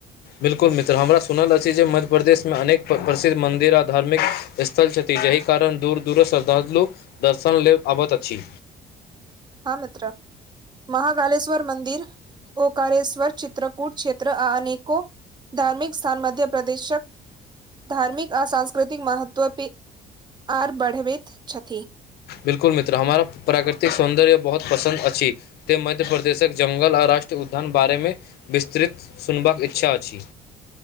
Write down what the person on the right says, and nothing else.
हँ मित्र! महाकालेश्वर मन्दिर ओंकारेश्वर, चित्रकूट क्षेत्र आ अनेको धार्मिक स्थान, मध्य प्रदेशक धार्मिक आ सांस्कृतिक महत्व पे, आओर बढ़बैत छथि।